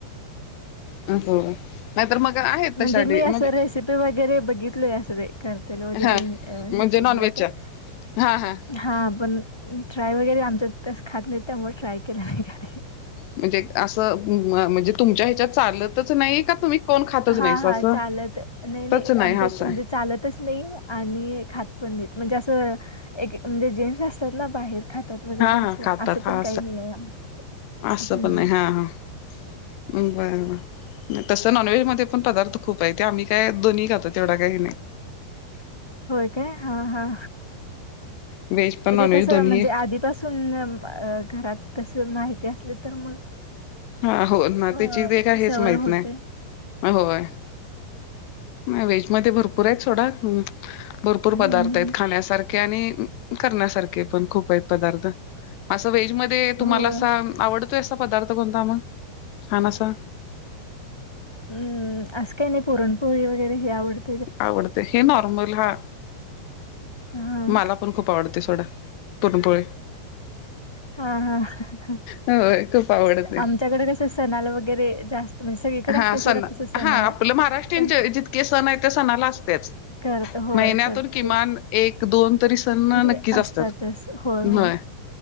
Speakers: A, on the left; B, in the centre.
A: अ होय. नाहीतर मग आहेत
B: म्हणजे
A: तशा
B: मी
A: डी म्हणजे
B: असं रेसिपी वगैरे बघितलय असं करतेल वगैरे
A: हा म्हणजे
B: युट्यूबला
A: नॉनव्हेज
B: तेन.
A: च्या. हा हा.
B: हा पण ट्राय वगैरे आमच्यात तसं खात नाहीत त्यामुळ ट्राय केलं नाही कधी.
A: म्हणजे असं म म्हणजे तुमच्या ह्याच्यात चालतच नाही का तुम्ही कोण खातच
B: हा
A: नाहीस
B: - हा
A: असं
B: चालत नाही -नाही
A: तच
B: आमच्या हिथ
A: असं
B: म्हणजे
A: आहे
B: चालतच नाही. आणि खात पण नाहीेत. म्हणजे असं एक म्हणजे जेंट्स असतात ना बाहेर खातात वगैरे
A: हा
B: असं
A: हा खातात
B: असं
A: हा
B: पण काही नाही आहे आम
A: असं
B: हम्म.
A: पण नाही हा हा बरं ब तसं नॉनव्हेजमध्ये पण पदार्थ खूप आहे. ते आम्ही काय दोन्ही खातो तेवढा काय हे नाही.
B: होय काय? हा. हा.
A: व्हेज पण नॉनव्हेज
B: ते कसए
A: दोन्ही
B: म्हणजे आधी- -पासून घरात तस माहिती असल तर मग-
A: हां. होय. ना
B: अ,
A: त्याची <unintelligible> हेच
B: सवय
A: माहित
B: होते.
A: नाही. होय. नाही व्हेज मध्ये भरपूर आहेत सोडा. भरपूर
B: हं,
A: पदार्थ
B: हं.
A: आहेत खाण्यासारखे. -खे आणि करण्यासारखे पण खूप आहेत पदार्थ. अस व्हेज मध्ये- मध्ये तुम्हाला
B: होय.
A: असा आवडतोय असा पदार्थ कोणता म? छान असा.
B: अं. असं काही नाही पुरणपोळी वगैरे हे आवडतय.
A: आवडत. हे नॉर्मल हा
B: हां.
A: मला पण खूप आवडत सोडा. पुरणपोळी.
B: हां, हां.
A: होय खूप आवडते.
B: आमच्याकडे सणाला वगैरे जास्त- म्हणजे सगळीकडे
A: हां.
B: असते
A: सण
B: सोडा तसं सणाला
A: हा आपलं महाराष्ट्रीयन
B: पण
A: जितके सण आहेत त्या सणाला असतेच.
B: करत होय
A: महिन्यातून
B: करतेच
A: किमान एक दोन तरी सण
B: तरी
A: नक्कीच असतात.
B: असतातच होय
A: व्हय.
B: होय